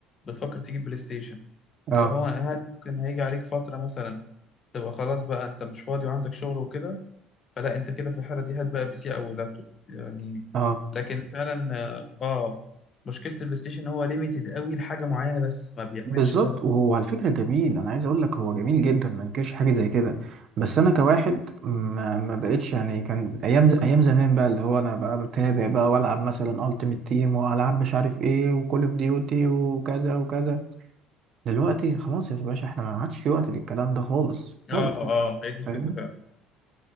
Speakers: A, on the left; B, on the right.
A: بتفكر تجيب بلاي ستيشن اللي
B: اه
A: هو هل ممكن هيجي عليك فترة مثلا تبقى خلاص بقى أنت مش فاضي وعندك شغل وكده فلا أنت كده في الحالة دي هات بقى بي سي أو لابتوب يعني
B: اه
A: لكن فعلا آه آه، مشكلة البلاي ستيشن إن هو ليميتد قوي لحاجة معينة بس ما بيعملش
B: بالظبط
A: غيرها
B: وهو على فكره جميل انا عايز اقول لك هو جميل جدا ما انكرش حاجه زي كده بس انا كواحد ما, ما بقتش يعني كان ايام ايام زمان بقى اللي هو انا بقى متابع بقى والعب مثلا التيمت تيم والعب مش عارف ايه وكول اوف ديوتي وكذا وكذا دلوقتي خلاص يا باشا احنا ما عادش في وقت للكلام ده خالص
A: آه
B: خالص
A: آه
B: يعني
A: هي دي الفكرة
B: فاهمني
A: فعلا